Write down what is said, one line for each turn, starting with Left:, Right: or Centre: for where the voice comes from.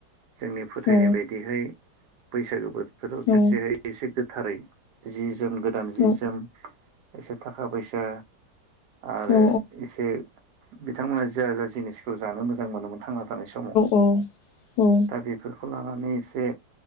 Right: जोंनि फोथायनाय
Left: औ
Right: बायदिहै बैसागो बोथ थोराव
Left: औ
Right: खेबसेहाय एसे गोथारै जि ज जोम गोदान जि
Left: औ
Right: जोम थाखा फैसा आरो
Left: औ
Right: इसे बिथांमोना जा जा जिनिसखौ जानो मोजां मोनोमोन थांना था थानाय समाव
Left: औ औ
Right: दा बेफोरखौ ला मानो इसे